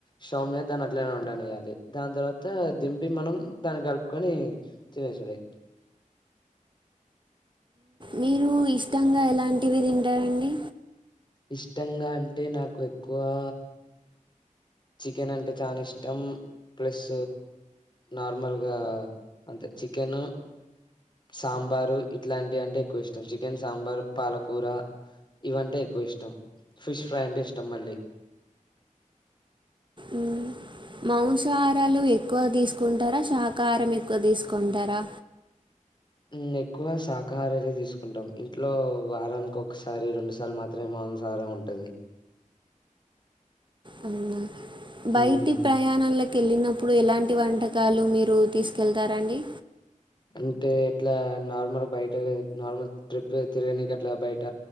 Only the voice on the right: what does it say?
మీరు ఇష్టంగా ఎలాంటివి తింటారండి
మ్, మాంసాహారాలు ఎక్కువ తీసుకుంటారా శాకాహారం ఎక్కువ తీసుకుంటారా
అవునా బయటి
ప్రయాణాలకి కెళ్ళినప్పుడు ఎలాంటి వంటకాలు మీరు తీసుకెళ్తారండి